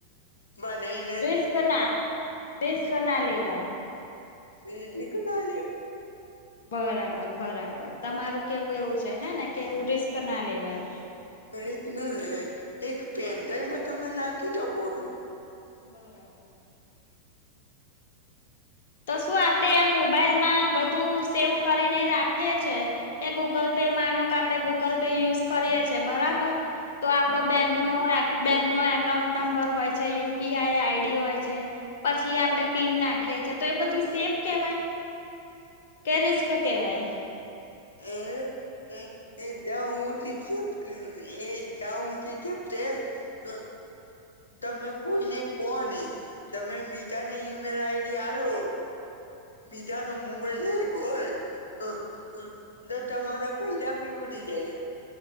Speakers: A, on the left; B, on the left.
A: બ નહી
B: વસ કના વસ કના લેવાય
A: ત દીખના
B: બરાબર બરાબર તમારું કેવું એવુ છે, હે ને કે એવું રિસ્ક ના લેવાય.
A: હ એક ના લેવા એક પેનડાાઈમાં તમે નાખી દો ગોટુ
B: બરાબર તો શું આપડે આ મોબાઈલ માં બધું સેવ કરીને રાખીએ છે. એ ગૂગલ પે માનો કે આપડણે ગૂગલ પે યુઝ કરીયે છીએ બરાબર તો આપડો બેંકનો બેંકનોો એકાઉન્ટ નંબર હોય છે યુપી આઈ આઈડી હોય છે. પછી આપડે પીન નાખીએી તો એ બધું સેફ કેવાય કે રિસ્ક કેવાય
A: એ એ જાઉીપ એ જાઉથી પ હ તમે કોઈ નને કોહ નહી તમે મીઠા ને ઈમેલ આઈડી આલો મીઠા ન મોબાઈલ હોય. હ
B: હા
A: તો તમારા પૈદા બી ઉધી જાય.